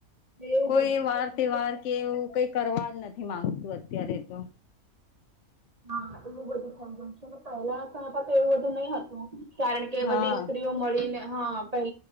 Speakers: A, on the right (about 30°); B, on the left (about 65°).
A: એવું
B: કોઈ
A: બધું
B: વાર
A: છે અને
B: તેહવાર
A: પહેલા
B: કે એવું કઈ કરવા જ નથી માંગતું અત્યારે તો
A: હા એવું બધું થઈ ગયું છે ને પેહલા તો <unintelligible> તો એવું બધું નઈ હતું. કારણ કે
B: હા
A: બધી સ્ત્રીઓ મળીને હ પેહ